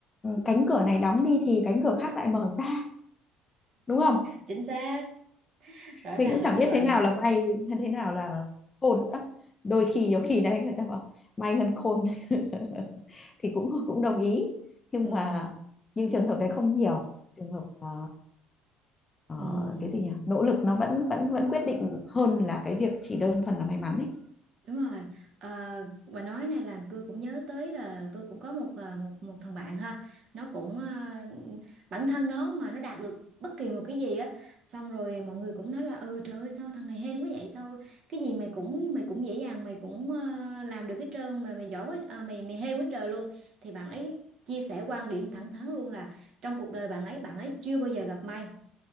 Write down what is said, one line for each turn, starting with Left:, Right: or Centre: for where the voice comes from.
Left: cánh cửa này đóng đi thì cánh cửa khác lại mở ra đúng không
Right: chính xác, rõ ràng
Left: mình cũng
Right: là
Left: chẳng
Right: như
Left: biết
Right: vậy.
Left: thế nào là may hay thế nào là khôn nữa đôi khi nhiều khi đấy người ta bảo may hơn khôn <laughs> thì cũng <laughs> cũng đồng ý nhưng
Right: Ừm,
Left: mà nhưng trường hợp đấy không nhiều trường hợp ờ, ờ,
Right: ừm.
Left: cái gì nhỉ nỗ lực nó vẫn vẫn vẫn quyết định hơn là cái việc chỉ đơn thuần là may mắn ấy
Right: Đúng rồi. Ờ, bà nói này làm tôi cũng nhớ tới là tôi cũng có một ờ, một một thằng bạn ha. Nó cũng ờ, bản thân nó mà nó đạt được bất kỳ một cái gì á, xong rồi mọi người cũng nói là ừ trời ơi sao thằng này hên quá vậy sao cái gì mày cũng mày cũng dễ dàng mày cũng ờ, làm được hết trơn mà mày giỏi quá à, mày mày hên quá trời luôn. Thì bạn ấy chia sẻ quan điểm thẳng thắn luôn là trong cuộc đời bạn ấy bạn ấy chưa bao giờ gặp may